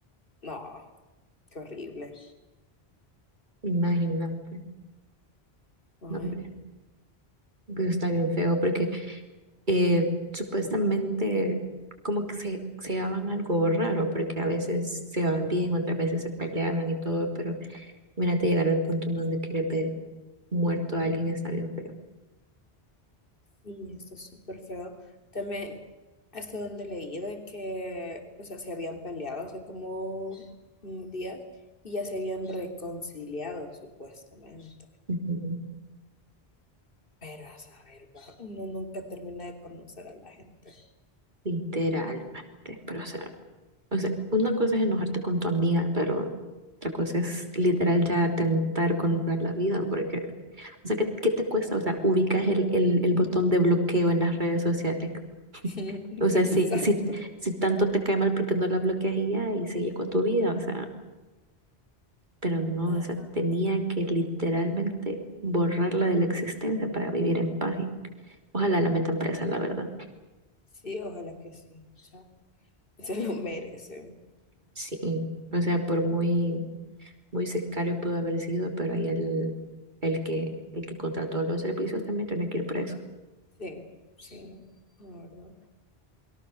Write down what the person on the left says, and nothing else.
no, qué horrible.
Ay.
no.
sí esto es súper feo. También, hasta donde leí de que, o sea, se habían peleado hace como un día y ya se habían reconciliado, supuestamente.
Pero a saber, va, uno nunca termina de conocer a la gente.
<laughs>
Exacto.
Ajá.
Sí, ojalá que sí. o sea, se lo merece.
Sí, sí, la verdad.